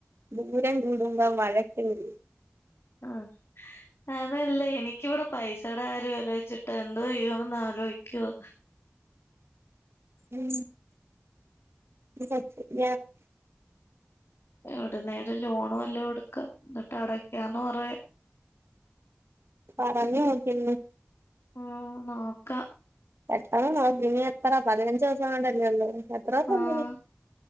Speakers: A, on the right; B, on the left.
A: ദൂരം കൂടുമ്പം വഴക്ക് കൂടും
B: ആഹ് അതല്ലേ എനിക്കിവിടെ പൈസേടെ കാര്യം ആലോയിച്ചിട്ടാ എന്തോ ചെയ്യോന്ന് ആലോയിക്കുവ
A: ഉം <unintelligible>
B: എവിടന്നേലും ലോണ് വെല്ലോ എടുക്ക എന്നിട്ട് അടക്കാന്ന് പറയാ
A: പറഞ്ഞ് നോക്കിയേ ഒന്ന്
B: ഉം നോക്കാ
A: പെട്ടെന്ന് നോക്ക് ഇനി എത്ര പതിനഞ്ച് ദിവസം കൊണ്ടല്ലേ ഉള്ളു എത്ര ദിവസം
B: ആഹ്
A: ഉണ്ട് ഇനി